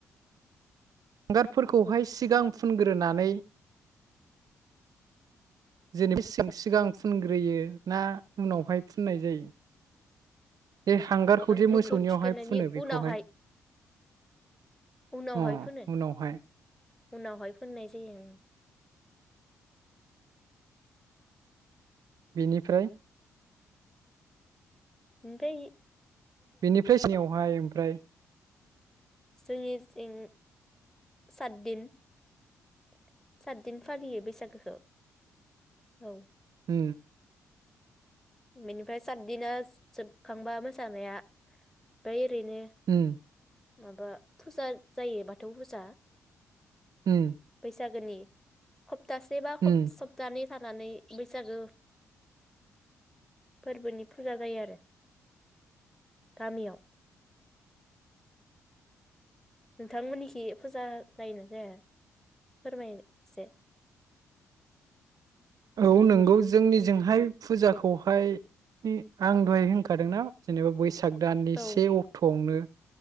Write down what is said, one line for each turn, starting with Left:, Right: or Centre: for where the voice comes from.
Right: हांगारफोरखौहाय सिगां फुनग्रोनानै जेनब सिगां फुनग्रोयो ना उनावहाय फुननाय जायो बे हांगारखौ दि
Centre: मोखौ
Right: मोसौनियावहाय
Centre: थुखैनायनि
Right: फुनो बेखौहाय
Centre: उनावहाय उनावहाय
Right: अ
Centre: फोनो
Right: उनावहाय
Centre: उनावहाय फोननाय जायो ओं
Right: बेनिफ्राय
Centre: ओमफाय
Right: बेनिफ्राय सिनियावहाय ओमफ्राय
Centre: जोंनि जिं सातदिन <inaudible> सातदिन फालियो बैसागोखौ औ
Right: उ
Centre: बेनिफ्राय साददिना जोबखांबा मोसा सानाया बोय नो
Right: उम
Centre: माबा फुजा जायो बाथौ फुजा
Right: उम
Centre: सागोननि ख सप्तासे बा
Right: उम
Centre: सप्तानै सानानै बैसागु फोरबोनि फुजा जायो आरो गामियाव नोंथांमोननिखि फुजा जायो ना जाया फोरमायनाय एसे
Right: औ नंगौ जोंनिजोंहाय फुजाखौहाय आं दहाय होनखादोंना जेनेबा बैसाग साग दाननि
Centre: औ
Right: से अक्टआवनो